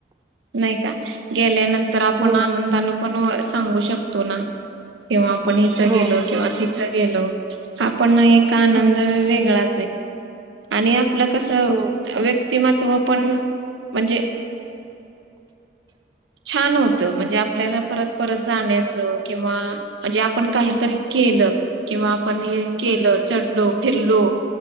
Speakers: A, on the right; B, on the right.
A: नाही का गेल्यानंतर आपण,
B: हो
A: आनंदान पण सांगू शकतो ना किंव्हा आपण इथं
B: हो
A: गेलो, किंवा तिथं गेलो, हापण एक आनंद
B: हम्म
A: वेगळा आणि आपलं कस व्य
B: हो
A: व्क्तिमत्व पण म्हणजे
B: <inaudible>
A: छान होत म्हणजे आपल्याला परत, परत, जाण्याच किंवा म्हणजे आपण काहीत री केलं किंवा आपण हे केलं चढलो, फिरलो